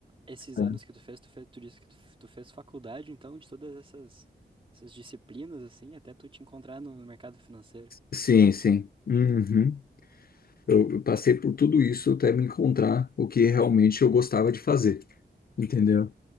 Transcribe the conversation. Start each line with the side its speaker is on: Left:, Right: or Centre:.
Right: Esses
Left: Tá.
Right: anos que tu fez, tu fez, tu disse que tu, f- tu fez faculdade, então, de todas essas, essas disciplinas, assim, até tu te encontrar no, no mercado financeiro.
Left: Sim, sim. Uhum. Eu, eu passei por tudo isso até me encontrar o que realmente eu gostava de fazer, entendeu?